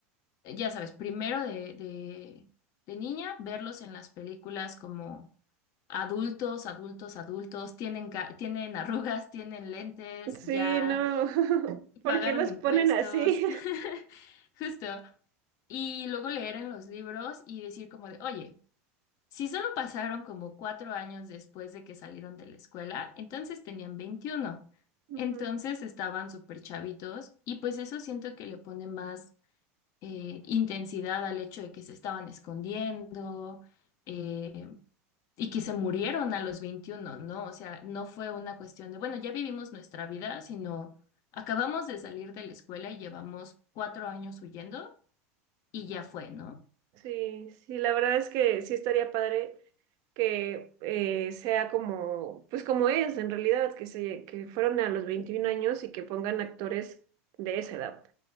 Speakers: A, on the left; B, on the right.
A: eh, ya sabes, primero de, de, de niña, verlos en las películas como adultos, adultos, adultos, tienen, ca- tienen arrugas, <laughs> tienen lentes,
B: Sí,
A: ya
B: no. <laughs> ¿Por
A: pagaron
B: qué los
A: impuestos,
B: ponen así?
A: <laughs> justo. Y luego leer en los libros y decir como de, oye, si solo pasaron como cuatro años después de que salieron de la escuela, entonces tenían veintiuno
B: <laughs> Ujú.
A: Entonces estaban súper chavitos y pues eso siento que le pone más eh, intensidad al hecho de que se estaban escondiendo eh, y que se murieron a los 21, ¿no? O sea, no fue una cuestión de, bueno, ya vivimos nuestra vida, sino acabamos de salir de la escuela y llevamos cuatro años huyendo y ya fue, ¿no?
B: Sí, sí, la verdad es que sí estaría padre que eh, sea como, pues como es en realidad, que se, que fueron a los 21 años y que pongan actores de esa edad.